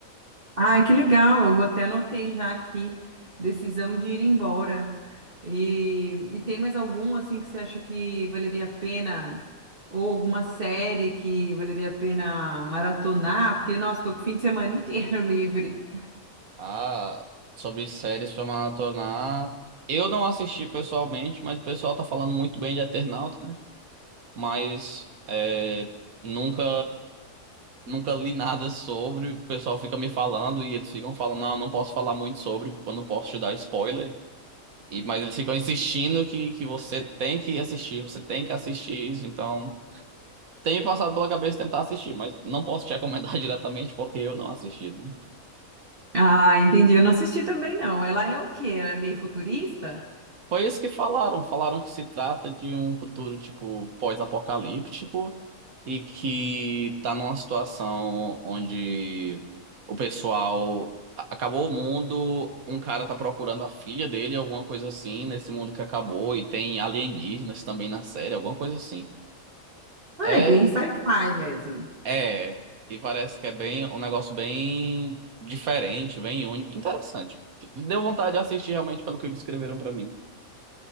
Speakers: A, on the right; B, on the right.
A: Ah, que legal! Eu até anotei já aqui, decisão de ir embora. E, e tem mais algum assim que você acha que valeria a pena? Ou alguma série que valeria a pena maratonar? Porque, nossa, tô com o fim de semana inteiro <laughs> livre.
B: Ah, sobre séries pra maratonar. Eu não assisti pessoalmente, mas o pessoal tá falando muito bem de Eternauta, né? Mas é, nunca nunca li nada sobre. O pessoal fica me falando e eles ficam falando, não, eu não posso falar muito sobre porque eu não posso te dar spoiler. E, mas eles ficam insistindo que, que você tem que assistir, você tem que assistir isso. Então, tem me passado pela cabeça tentar assistir, mas não posso te recomendar <laughs> diretamente porque eu não assisti, né?
A: Ah, entendi. Eu não assisti também, não. Ela é o quê? Ela é meio futurista?
B: Foi isso que falaram. Falaram que se trata de um futuro, tipo, pós-apocalíptico e que tá numa situação onde o pessoal a- acabou o mundo, um cara tá procurando a filha dele, alguma coisa assim, nesse mundo que acabou, e tem alienígenas também na série, alguma coisa assim.
A: Ah,
B: É,
A: é bem sci-fi mesmo.
B: é, e parece que é bem um negócio bem diferente, bem único, interessante. Deu vontade de assistir realmente pelo que descreveram pra mim.